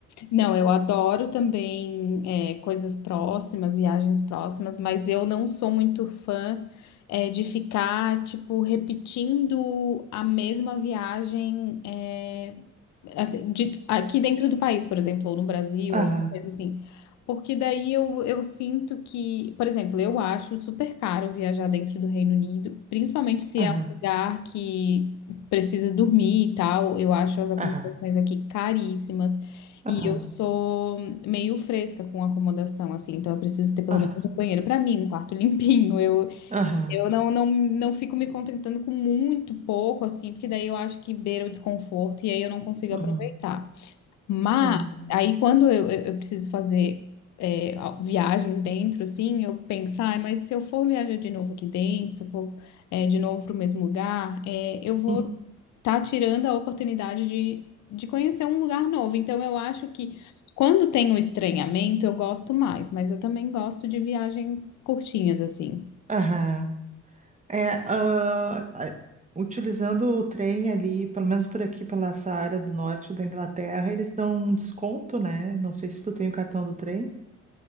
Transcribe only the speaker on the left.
Não, eu adoro também, é, coisas próximas, viagens próximas, mas eu não sou muito fã, é, de ficar, tipo, repetindo a mesma viagem, é, assim, de- aqui dentro do país, por exemplo, ou no Brasil,
alguma coisa assim. Porque daí eu, eu sinto que, por exemplo, eu acho super caro viajar dentro do Reino Unido, principalmente se
é um lugar que precisa dormir e tal. Eu acho as acomodações
aqui caríssimas.
E eu sou meio fresca com acomodação, assim, então eu preciso ter pelo
menos um banheiro para mim, um quarto <laughs> limpinho. Eu,
eu não, não, não fico me contentando com muito pouco, assim, porque daí eu acho que beira o desconforto e aí eu não consigo
aproveitar. Mas
aí quando eu, eu, eu preciso fazer é, a- viagens dentro, assim, eu penso, ai, mas se eu for viajar de novo aqui dentro, se eu for é, de novo para o mesmo lugar, é, eu vou
estar tirando a oportunidade de, de conhecer um lugar novo. Então eu acho que quando tem o estranhamento, eu gosto mais, mas eu também gosto de viagens curtinhas, assim.